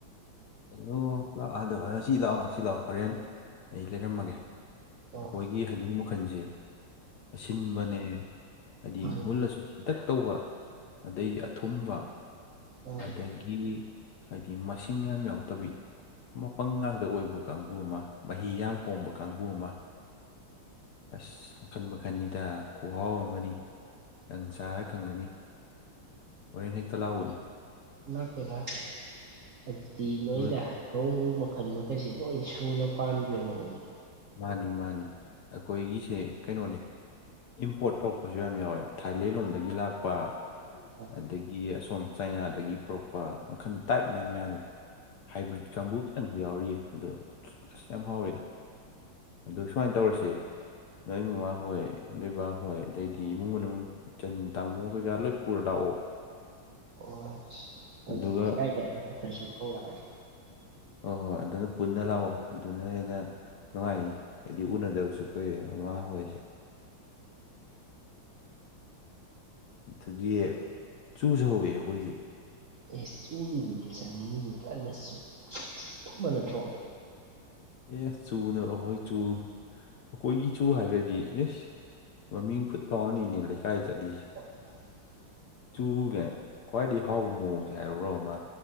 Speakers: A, on the left; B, on the right.
A: ꯍꯜꯂꯣ ꯂꯥꯛ ꯑꯗꯣ <unintelligible> ꯉꯁꯤ ꯂꯥꯛꯑꯣ ꯉꯁꯤ ꯂꯥꯛꯑꯣ ꯍꯣꯔꯦꯟ ꯑꯩ ꯂꯩꯔꯝꯃꯒꯦ
B: ꯑꯣ
A: ꯑꯩꯈꯣꯏꯒꯤ ꯍꯩꯅꯧ ꯃꯈꯜꯁꯦ ꯑꯁꯤꯟꯕꯅꯦ ꯍꯥꯏꯗꯤ
B: ꯎꯝ
A: ꯃꯨꯜꯂꯁꯨ ꯄꯤꯛꯇꯛ ꯇꯧꯕ ꯑꯗꯩ ꯑꯊꯨꯝꯕ
B: ꯎꯝ
A: ꯑꯗꯒꯤ ꯍꯥꯏꯗꯤ ꯃꯁꯤꯡ ꯌꯥꯝ ꯌꯥꯎꯇꯕꯤ ꯃꯄꯪ ꯉꯥꯛꯇ ꯑꯣꯏꯕ ꯀꯥꯡꯕꯨ ꯑꯃ ꯃꯍꯤ ꯌꯥꯝ ꯍꯣꯝꯕ ꯀꯥꯡꯕꯨ ꯑꯃ ꯑꯁ ꯃꯈꯟ ꯃꯈꯟꯅꯤꯗ ꯈꯨꯍꯥꯎ ꯑꯃꯅꯤ ꯅꯪ ꯆꯥꯔ ꯈꯪꯒꯅꯤ ꯍꯣꯔꯦꯟ ꯍꯦꯛꯇ ꯂꯥꯛꯎꯅꯦ
B: ꯂꯥꯛꯀꯦ ꯂꯥꯛꯀꯦ ꯑꯗꯨꯗꯤ ꯅꯣꯏꯗ
A: ꯅꯣꯏ
B: ꯂꯣꯡ ꯃꯈꯜ ꯃꯈꯩꯁꯤ ꯂꯣꯏ ꯁꯨꯅ ꯄꯥꯟꯕꯒꯤ ꯃꯑꯣꯡꯅꯤ
A: ꯃꯥꯅꯤ ꯃꯥꯅꯤ ꯑꯈꯣꯏꯒꯤꯁꯦ ꯀꯩꯅꯣꯅꯦ ꯏꯝꯄꯣꯔꯠ ꯇꯧꯔꯛꯄꯁꯨ ꯌꯥꯝ ꯌꯥꯎꯋꯦ ꯊꯥꯏꯂꯦꯟ ꯂꯣꯝꯗꯒꯤ ꯂꯥꯛꯄ
B: ꯑꯁ
A: ꯑꯗꯒꯤ ꯑꯁꯣꯝ ꯆꯥꯏꯅꯥꯗꯒꯤ ꯄꯨꯔꯛꯄ ꯃꯈꯜ ꯇꯥꯏꯞ ꯃꯌꯥꯝ ꯌꯥꯝꯃꯤ ꯍꯥꯏꯕ꯭ꯔꯤꯠ ꯀꯥꯡꯕꯨ ꯈꯤꯇꯪꯁꯨ ꯌꯥꯎꯔꯤꯌꯦ ꯑꯗꯣ ꯑꯥꯁ ꯌꯥꯝ ꯍꯥꯎꯋꯤꯗ ꯑꯗꯨ ꯁꯨꯃꯥꯏꯟ ꯇꯧꯔꯁꯦ ꯅꯣꯏ ꯃꯃꯥ ꯍꯣꯏ ꯅꯣꯏ ꯕꯥ ꯍꯣꯏ ꯑꯗꯩꯗꯤ ꯏꯃꯨꯡ ꯃꯅꯨꯡ ꯆꯟ ꯇꯃꯣ ꯀꯩꯀ ꯂꯣꯏꯄꯨꯔ ꯂꯥꯛꯑꯣ
B: ꯑꯣ
A: ꯑꯗꯨꯒ
B: ꯑꯗꯨ ꯀꯩꯀꯥꯏꯗꯦ <unintelligible> ꯈꯔꯁꯨꯝ ꯀꯧꯔꯛꯑꯒꯦ
A: ꯍꯣꯏ ꯍꯣꯏ ꯑꯗꯨꯅ ꯄꯨꯟꯅ ꯂꯥꯛꯑꯣ ꯑꯗꯨꯅ ꯍꯦꯟꯅ ꯅꯨꯡꯉꯥꯏꯅꯤ ꯍꯥꯏꯗꯤ ꯎꯅꯗꯕꯁꯨ ꯀꯨꯏꯔꯦꯕ ꯑꯃꯥ ꯍꯣꯏꯁꯤ ꯑꯗꯒꯤ ꯆꯨꯁꯨ ꯍꯧꯋ‌ꯦ ꯑꯩꯈꯣꯏꯁꯤ
B: ꯑꯦ ꯆꯨꯅꯤꯅꯦ ꯆꯥꯅꯤꯡ ꯏꯅꯦ ꯐꯖꯅ ꯆ ꯑꯁ ꯊꯨꯝꯕ ꯅꯠꯇ꯭ꯔꯣ
A: ꯑꯦꯁ ꯆꯨꯅ ꯑꯈꯣꯏ ꯆꯨ ꯑꯩꯈꯣꯏꯒꯤ ꯆꯨ ꯍꯥꯏꯒ꯭ꯔꯗꯤ ꯑꯁ ꯃꯃꯤꯡ ꯐꯨꯠ ꯐꯥꯎꯅꯤꯅꯦ ꯂꯩꯀꯥꯏꯗꯗꯤ
B: <inaudible>
A: ꯆꯨꯒ ꯈ꯭ꯋꯥꯏꯗꯩ ꯍꯥꯎꯕ ꯃꯑꯣꯡꯁꯦ ꯍꯥꯏꯔꯨꯔꯣ ꯑꯃ